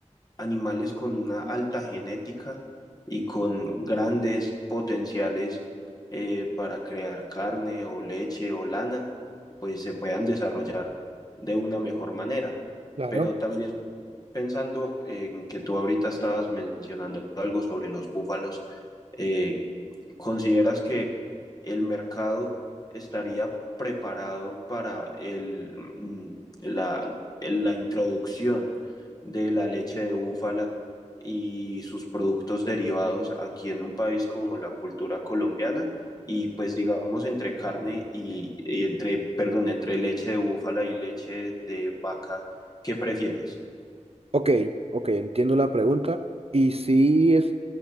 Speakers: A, on the left (about 30°); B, on the right (about 50°).
A: animales con una alta genética y con grandes potenciales eh, para crear carne o leche o lana, pues se puedan desarrollar de una mejor manera.
B: Claro.
A: Pero también pensando en que tú ahorita estabas mencionando algo sobre los búfalos, eh, ¿Consideras que el mercado estaría preparado para el, mm, la, el- la introducción de la leche de búfala y sus productos derivados aquí en un país como la cultura colombiana? Y pues digamos entre carne y, y entre, perdón, entre leche de búfala y leche de vaca, ¿qué prefieres?
B: Ok, ok, entiendo la pregunta. Y sí, es,